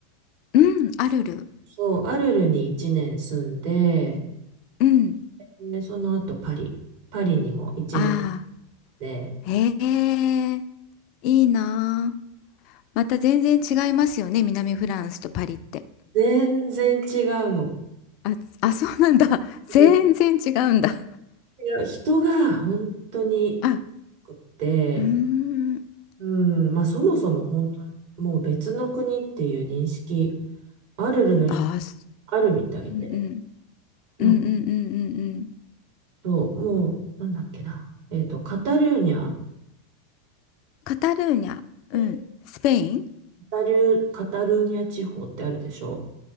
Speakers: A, on the left; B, on the right.
A: うん、あるる。
B: そう、アルルに1年住んで、
A: うん。
B: で、その後パリ。パリにも1年
A: あ
B: で、
A: あ、へえ、いいなあ。また全然違いますよね、南フランスとパリって。
B: 全然違うの。
A: あ、あ、そうなんだ。<laughs> 全然違うんだ。
B: で違う人が本当に
A: あ、
B: 良くって、
A: うーん。
B: うん、まあそもそも本当、もう別の国っていう認識アルルの人、
A: ああ、す
B: あるみたいで。
A: うんうん。
B: なんか
A: うんうんうんうんうん。
B: そう、もう、なんだっけな。えっと、カタルーニャ
A: カタルーニャ、うん、
B: カ
A: スペイン、
B: タル、カタルーニャ地方ってあるでしょ